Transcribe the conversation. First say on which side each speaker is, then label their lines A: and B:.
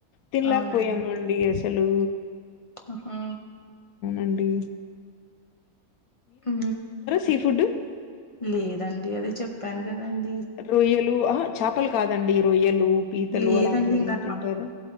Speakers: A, on the left; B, on the left.
A: తిల్లాక
B: అవునండి
A: పోయామండి అసలు
B: ఆహా
A: అండి
B: ఊ
A: సీ ఫుడ్?
B: లేదండి అదే చెప్పాను కదండి
A: రొయ్యలు ఆహా చేపలు కాదండి రొయ్యలు పీతలు
B: లేదండి
A: అలాంటివి ఏమనా
B: ఇంకా
A: తింటారా